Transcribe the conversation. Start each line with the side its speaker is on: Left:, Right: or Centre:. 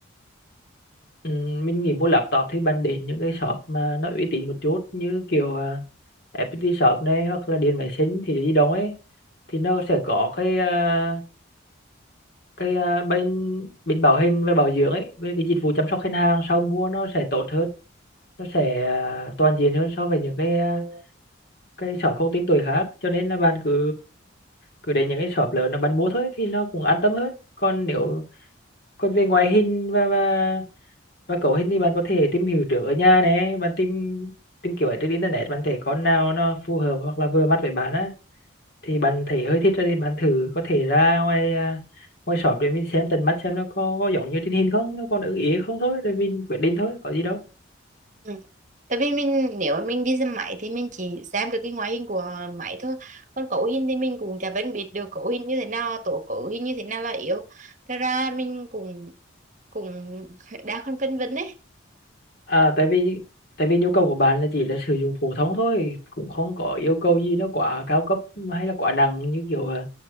Left: ừ, mình nghĩ mua laptop thì bạn đến những cái shop mà nó uy tín một chút như kiểu à, FPT shop này hoặc là Điện Máy Xanh thì gì đồng ấy thì nó sẽ có cái à, cái à, bên bên bảo hành và bảo dưỡng ấy với cái dịch vụ chăm sóc khách hàng sau mua nó sẽ tốt hơn nó sẽ à, toàn diện hơn so với những cái à,
Right: không
Left: cái shop không tên tuổi khác cho nên là bạn cứ cứ đến những cái shop lớn là bạn mua thôi thì nó cũng an tâm hơn còn nếu còn về ngoại hình và và và cấu hình thì bạn có thể tìm hiểu trước ở nhà này bạn tìm tìm kiểu ở trên internet bạn thấy con nào nó phù hợp hoặc là vừa mắt với bạn á thì bạn thấy hơi thích rồi thì bạn thử có thể ra ngoài à, ngoài shop để mình xem tận mắt xem nó có, có giống như trên hình không nó còn ưng ý không thôi rồi mình quyết định thôi có gì đâu
Right: Ừ. Tại vì mình nếu mà mình đi xem máy thì mình chỉ xem được cái ngoại hình của máy thôi còn cấu hình thì mình cũng chả phân biệt được cấu hình như thế nào là tốt cấu hình như thế nào là yếu thật ra mình cũng cũng đang còn phân vân đấy
Left: à tại vì tại vì nhu cầu của bạn là chỉ là sử dụng phổ thông thôi cũng không có yêu cầu gì nó quá cao cấp hay là quá nặng như kiểu à,